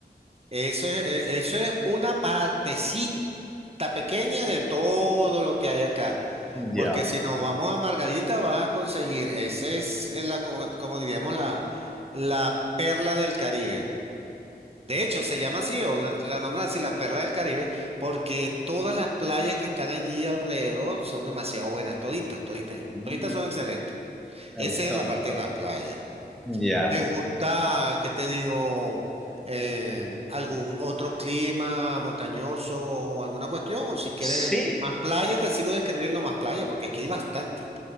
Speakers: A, on the right; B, in the centre.
A: Eso es, e- eso es una partecita pequeña de todo lo que hay acá.
B: Ya,
A: Porque si nos vamos a Margarita, vas a conseguir, esa es eh, la, como, como diríamos, la, la perla del Caribe. De hecho, se llama así, o la, la nombran así, la perla del Caribe, porque todas las playas que están allí alrededor son demasiado buenas, toditas, toditas, y
B: Mm,
A: toditas son excelentes.
B: me
A: Esa
B: gustó,
A: es en la
B: me
A: parte
B: gustó.
A: de las playas.
B: ya.
A: ¿Te gusta, qué te digo, eh, algún otro clima montañoso, o alguna cuestión? O si quieres
B: Sí,
A: más playa, te sigo describiendo más playa, porque aquí hay bastante.